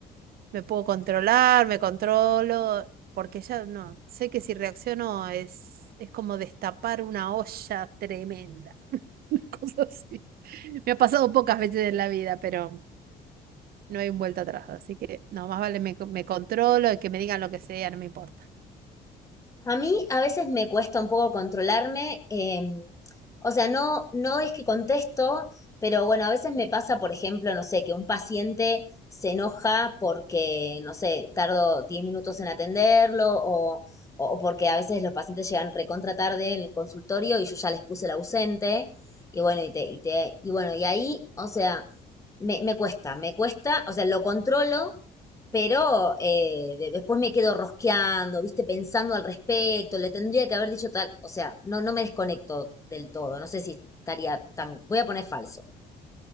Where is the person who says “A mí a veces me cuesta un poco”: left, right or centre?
Left